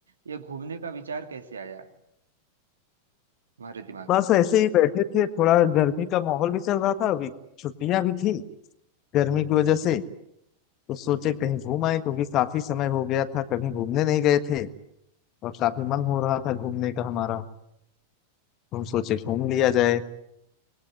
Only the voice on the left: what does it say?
बस
ऐसे ही बैठे थे थोड़ा गर्मी का माहौल भी चल रहा था अभी छुट्टियां भी थी गर्मी की वजह से तो सोचे कहीं घूम आए क्योंकि काफी समय हो गया था कभी घूमने नहीं गए थे और काफी मन हो रहा था घूमने का हमारा तो हम सोचे घूम लिया जाए